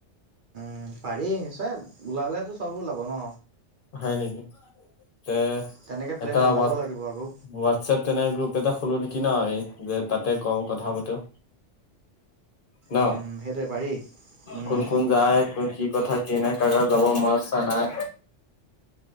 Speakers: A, on the right; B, on the left.
A: উম পাৰিছে ওলালেতো চব ওলাব ন।
B: হয় নেকি তে
A: তেনেকে প্লেন
B: এটা
A: বনাব
B: ৱাত ৱাট।
A: লাগিব আকৌ।
B: হোৱাটচএপ তেনে গ্ৰুপ এটা খোলো নেকি ন আমি যে তাতে কওঁ কথা পাতোঁ। ন
A: উম, সেইটোৱে পাৰি উম,
B: কোন কোন। যায় কি কথা কি নাই কাৰ কাৰ যাব মন ইচ্ছা নাই।